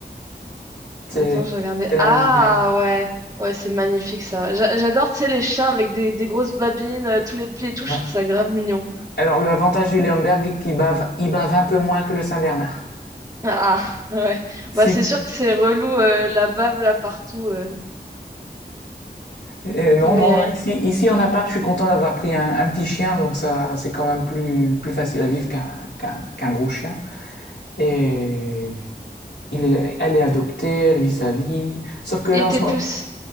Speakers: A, on the left; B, on the right.
A: C'est
B: Attends, je regardais.
A: c'est la
B: Ah
A: même taille.
B: ouais, ouais, c'est magnifique ça. J'a- J'adore, tu sais, les chiens avec des, des grosses babines, euh, tous les plis et tout,
A: Ouais.
B: je trouve ça grave mignon.
A: Alors le avantage du Léonberg qui bave, il bave un peu moins que le Saint-Bernard.
B: Ah <laughs> ouais,
A: Si,
B: bah c'est sûr que c'est relou euh, la bave là partout. euh.
A: euh, non,
B: Mais
A: non,
B: euh,
A: ici, ici en appart, je suis content d'avoir pris un, un petit chien, donc ça, c'est quand même plus, plus facile à vivre qu'un qu'un, qu'un gros chien. Et il est, elle est adoptée, elle vit sa vie. Sauf que
B: Et
A: là,
B: t'es
A: en ce
B: plus...
A: moment,